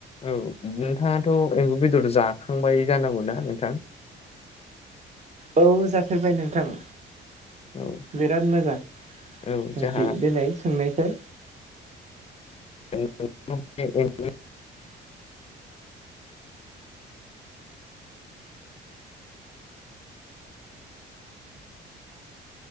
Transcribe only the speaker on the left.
औ नोंथाङाथ' एम्बु बेदर जाखांबाय जानांगौना नोंथां?
औ
औ
जोंहा
<unintelligible>